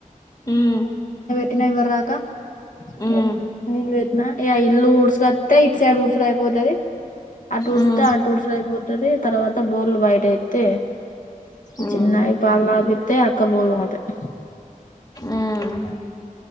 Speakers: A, on the left; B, on the left.
A: ఉమ్
B: టినా ఇవ్వర్దాక
A: ఉమ్
B: లేవు నీల్ పెట్ నాయ ఇల్లు ఊడ్స్కతే ఇట్ సైడ్ ఊడ్సుడాయిపోతది. అటు ఊడ్తే
A: ఉమ్
B: అటుడ్చుడాయిపోతది. తర్వాత బోర్లు బయటేతే. ఈ
A: ఉమ్
B: చిన్నయి పాల్తపితే, అక్క బోల్రూ తొంతద్
A: ఆహ్